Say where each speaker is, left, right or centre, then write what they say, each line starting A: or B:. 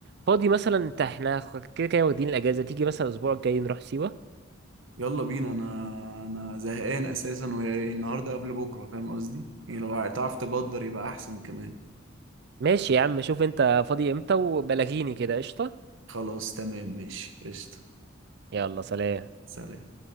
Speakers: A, on the right; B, on the right.
A: فاضي مثلا انت احنا كده كده واخدين الاجازه تيجي مثلا الاسبوع الجاي نروح سيوه
B: يلا بينا انا انا زهقان اساسا والنهارده قبل بكره فاهم قصدي يعني لو تعرف تبدر يبقى احسن كمان
A: ماشي يا عم شوف انت فاضي امتى وبلغيني كده قشطه
B: خلاص تمام ماشي قشطه
A: يلا سلام
B: سلام